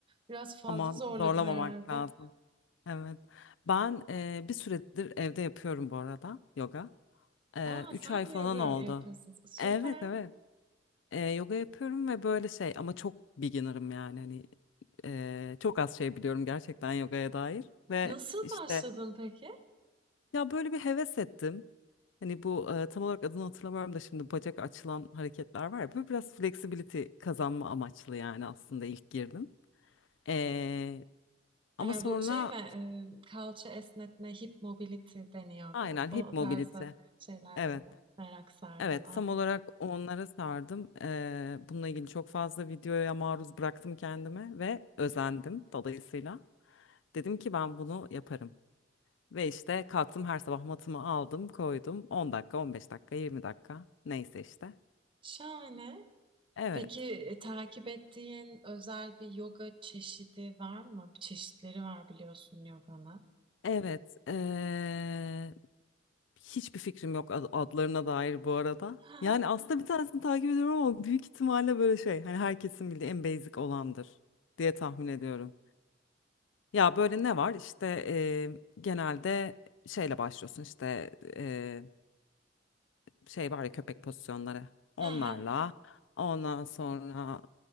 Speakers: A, on the right; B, on the left.
A: Biraz fazla
B: Ama
A: zorladım
B: zorlamamak
A: herhalde.
B: lazım. Evet. Ben e, bir süredir evde yapıyorum bu arada yoga. E,
A: Aa
B: üç
A: sen
B: ay falan
A: de yoga
B: oldu.
A: yapıyorsun. Süper.
B: Evet evet. E, yoga yapıyorum ve böyle şey ama çok beginner'ım yani hani e, çok az şey biliyorum gerçekten yogaya dair ve
A: Nasıl
B: işte
A: başladın peki?
B: Ya böyle bir heves ettim. Hani bu e, tam olarak adını hatırlamıyorum da şimdi bacak açılan hareketler var ya. Böyle biraz flexibility kazanma amaçlı yani aslında ilk girdim. Ee, ama
A: Ee,
B: sonra
A: bu şey mi? e, kalça esnetme, hip mobility deniyor
B: aynen
A: biraz. O
B: hip
A: o
B: mobility.
A: tarzı şeylerle
B: Evet,
A: mi merak sardın?
B: evet
A: Anladım.
B: tam olarak onlara sardım. Ee, bununla ilgili çok fazla videoya maruz bıraktım kendime ve özendim dolayısıyla. Dedim ki ben bunu yaparım. Ve işte kalktım her sabah matımı aldım, koydum. 10 dakika, 15 dakika, 20 dakika neyse işte.
A: Şahane.
B: Evet.
A: Peki e, takip ettiğin özel bir yoga çeşidi var mı? Çeşitleri var biliyorsun yoganın.
B: Evet, eee, hiçbir fikrim yok ad- adlarına dair bu arada.
A: Hı hı.
B: Yani aslında bir tanesini takip ediyorum ama büyük ihtimalle böyle şey hani herkesin bildiği en basic olandır diye tahmin ediyorum. Ya böyle ne var İşte eee, genelde şeyle başlıyorsun işte eee, şey var ya köpek pozisyonları onlarla
A: Hı hı.
B: ondan sonra